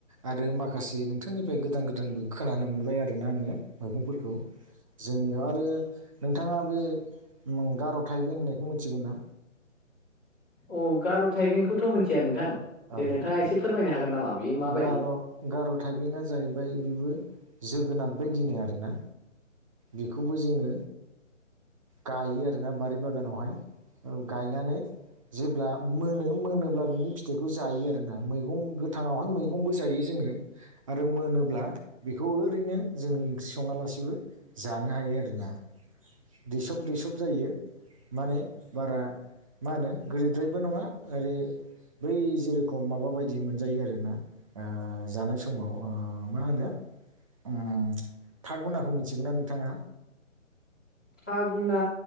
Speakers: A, on the right; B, in the centre.
A: आरो माखासे नोंथांनिफ्राय गोदान गो दानबो खोनानो मोनबाय आरोना आङो मैगंफोरखौ जोंनियाव आरो नोंथाङा बे उम गार' थाइबें होननायखौ मिथिगौ ना
B: औ गार' थाइबेंखौथ' मिथिया नोंथां
A: औ
B: दे नोंथाङा एसे फोरमायनो हागोन नामा बियो माबायदि
A: गार' गार' थाइबेंआ जाहैबाय बेबो जोगोनार बायदिनो आरोना बेखौबो जोङो गायो आरोना बारि बागानावहाय औ गायनानै जेब्ला मोनो मोनोब्ला बिनि फि फिथाइखौ जायो आरोना मैगं गोथाङावहाय मैगंबो जायो जोङो आरो मोनोब्ला बेखौ ओरैनो जोङो ओंख्रि सङालासेबो जानो हायो आरोना दैसब दैसब जायो माने बारा मा होनो गोदैद्रायबो नङा आरो बै जेरोखम माबा बायदि मोनजायो आरो ना ओ-जानाय समाव ओ-मा होनो उम था गुनाखौ मिथिगौना नोंथाङा?
B: थागुना!